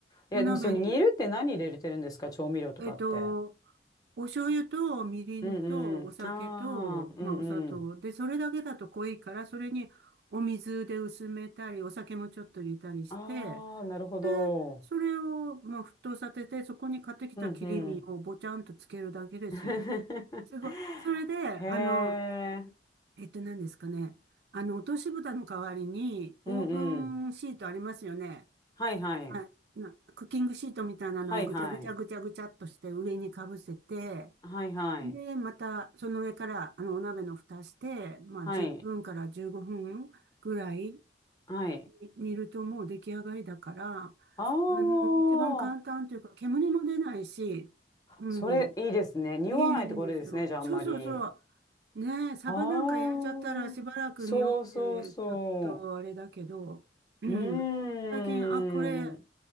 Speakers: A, on the left; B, on the right.
A: いや、
B: お鍋に
A: でもその煮るって何入れてるんですか調味料とかって。
B: えっと、お醤油とみりんとお酒と、
A: うんうん。ああ、うんうん。
B: まあ、お砂糖。で、それだけだと濃いから、それにお水で薄めたり、お酒もちょっと入れたりして、
A: ああ、なるほど。
B: で、それを、まあ、沸騰させて、そこに買ってきた切り身をぼちゃんとつけるだけですよ。
A: うんうん。<laughs>
B: すごい。それで、あの、
A: へえ。
B: えっと、何ですかね。あの、落とし蓋の代わりに、オーブンシートありますよね。
A: うんうん。はいはい。
B: はい。な、クッキングシートみたいなのをぐちゃぐちゃぐちゃぐちゃっとして上にかぶせて、
A: はいはい。はいはい。
B: で、またその上からあのお鍋の蓋して、まあ10分から15分ぐらい
A: はい。はい。
B: に煮るともう出来上がりだから、あ
A: ああ。
B: の、一番簡単というか煙も出ないし、うん、
A: それいいですね。匂わないってことですね、
B: いいんですよ。
A: じゃああんまり。
B: そうそうそう。ねえ、サバなんか焼いちゃったらしばらく匂ってちょっとあれだけど、
A: ああ、そうそうそ
B: うん。
A: う。うーん。
B: 最近、あ、これ、